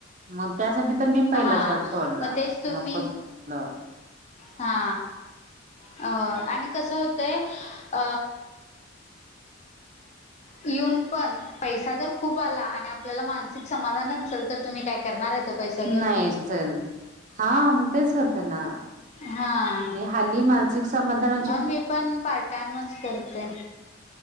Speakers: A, on the right (about 40°); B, on the left (about 35°).
A: मग त्यासाठी तर मी पहिला
B: हा
A: जॉब सोडला
B: मग तेच तुम्ही
A: नक्कोच म्हटलं.
B: हा अ आणि कस होतय अ येऊन पण, पैसा जर खूप आला आणि आपल्याला मानसिक समाधानच नसेल तर तुम्ही काय करणार ये तो पैसा घेऊन
A: नाहीच तर हा मग तेच होतय ना,
B: हा
A: हाली मा नसिक समाधान
B: म्हणून मी पण पार्ट टाइमच करते.